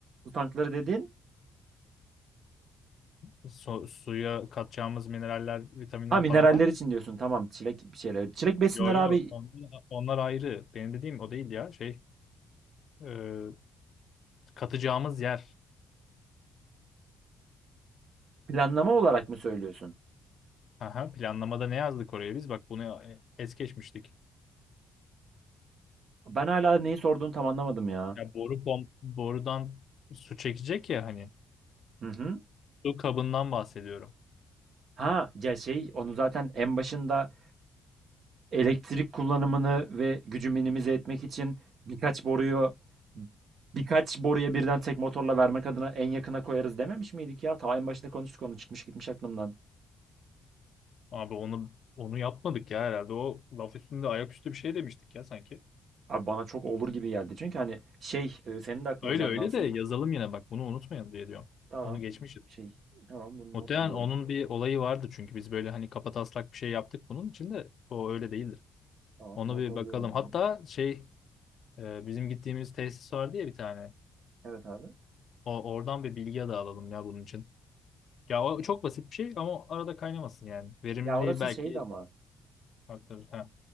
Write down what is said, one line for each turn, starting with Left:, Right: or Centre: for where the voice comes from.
Right: Bu tankları dediğin?
Left: Hı. Su- suya katacağımız mineraller, vitaminler
Right: Ha mineraller
Left: falan var.
Right: için diyorsun. Tamam çilek bir şeyler. Çilek besinler
Left: Yo yo.
Right: abi
Left: Onlar, onlar ayrı. Benim dediğim o değil ya. Şey, e, katacağımız yer.
Right: planlama olarak mı söylüyorsun?
Left: Aha, planlamada ne yazdık oraya biz? Bak bunu e, es geçmiştik.
Right: Ben hala neyi sorduğunu tam anlamadım ya.
Left: Ya boru pom- borudan su çekecek ya hani.
Right: Hı hı.
Left: Su kabından bahsediyorum.
Right: Ha ya şey onu zaten en başında elektrik kullanımını ve gücü minimize etmek için birkaç boruyu birkaç boruya birden tek motorla vermek adına en yakına koyarız dememiş miydik ya? Ta en başında konuştuk onu çıkmış gitmiş aklımdan.
Left: Abi onu onu yapmadık ya herhalde. O laf üstünde ayaküstü bir şey demiştik ya sanki.
Right: Abi bana çok olur gibi geldi. Çünkü hani şey e, senin de aklına
Left: Öyle
Right: canlansın.
Left: öyle de yazalım yine bak bunu unutmayın diye diyorum.
Right: Tamam.
Left: Onu geçmişiz.
Right: Şey tamam bunu
Left: Muhtemelen
Right: not alıyorum
Left: onun
Right: şuraya.
Left: bir olayı vardı çünkü biz böyle hani kapataslak bir şey yaptık bunun için de o öyle değildir.
Right: Tamam
Left: Onu
Right: not
Left: bir
Right: alıyorum
Left: bakalım. Hatta
Right: bunu.
Left: şey e, bizim gittiğimiz tesis vardı ya bir tane.
Right: Evet abi.
Left: O oradan bir bilgi de alalım ya bunun için. Ya o
Right: Tamam.
Left: çok basit bir şey ama arada kaynamasın yani. Verimli
Right: Ya orası
Left: belki
Right: şeydi ama.
Left: aktarır. Ha,